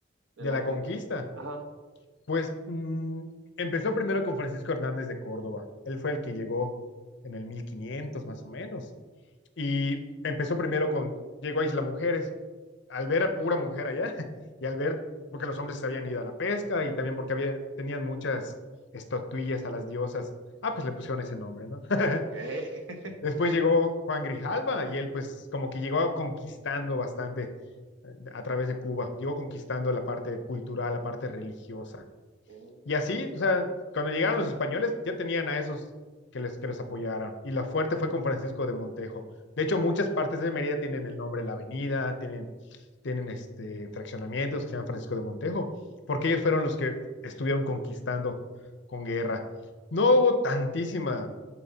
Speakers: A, on the right (about 75°); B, on the left (about 60°).
A: de
B: De
A: la
B: la
A: conquista?
B: conquista.
A: Ajá.
B: Pues mm, empezó primero con Francisco Hernández de Córdoba. Él fue el que llegó en el 1500 más o menos. Y empezó primero con, llegó a Isla Mujeres. Al ver a pura mujer allá <laughs> y al ver, porque los hombres se habían ido a la pesca y también porque había, tenían muchas estatuillas a las diosas. Ah, pues le pusieron ese nombre, ¿no? <laughs>
A: Ok. <laughs>
B: Después llegó Juan Grijalva y él pues como que llegó conquistando bastante eh, a través de Cuba, llegó conquistando la parte cultural, la parte religiosa.
A: Ok,
B: Y así, o sea, cuando llegaron los españoles ya tenían a esos que les, que los apoyaran. Y la fuerte fue con Francisco de Montejo. De hecho, muchas partes de Mérida tienen el nombre de la avenida, tienen, tienen este, fraccionamientos que se llaman Francisco de Montejo, porque ellos fueron los que estuvieron conquistando con guerra. No hubo tantísima